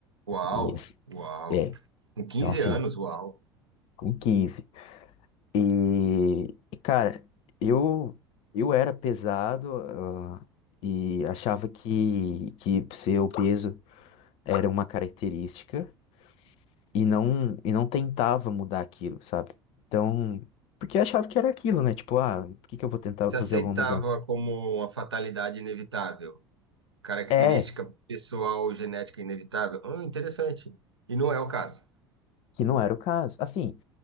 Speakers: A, on the right; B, on the left.
A: Uau,
B: E, assim,
A: uau.
B: é,
A: Com quinze
B: então assim,
A: anos, uau.
B: com 15. E, e, cara, eu eu era pesado, ah, e achava que que ser obeso era uma característica e não e não tentava mudar aquilo, sabe? Então, porque achava que era aquilo, né? Tipo, ah, por que que eu vou tentar
A: Se
B: fazer
A: aceitava
B: alguma mudança?
A: como uma fatalidade inevitável. Característica
B: É,
A: pessoal genética inevitável? Hum, interessante. E não é o caso.
B: que não era o caso. Assim,